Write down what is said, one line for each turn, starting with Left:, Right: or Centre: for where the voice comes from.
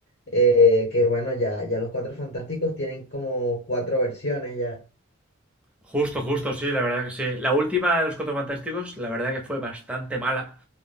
Left: eh, que bueno, ya, ya los Cuatro Fantásticos tienen como cuatro versiones ya.
Centre: Justo, justo, sí, la verdad que sí. La última de los Cuatro Fantásticos, la verdad que fue bastante mala.